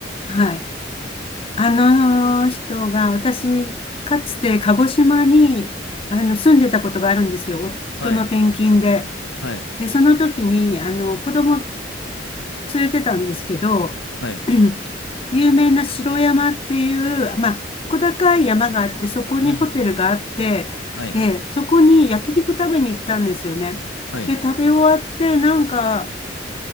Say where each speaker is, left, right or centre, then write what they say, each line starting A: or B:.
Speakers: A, on the left (about 30°); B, on the left (about 90°).
A: はい。あの人が、私、かつて鹿児島に、あの、住んでたことがあるんですよ。
B: はい、
A: 夫の転勤で。
B: はい、
A: で、その時に、あの、子供連れてたんですけど、
B: はい。
A: <clears throat> 有名な城山っていう、まあ、小高い山があって、そこにホテルがあって、
B: うん、うん、うん。はい、
A: ええ、そこに焼肉食べに行ったんですよね。
B: はい、
A: で、食べ終わって、なんか、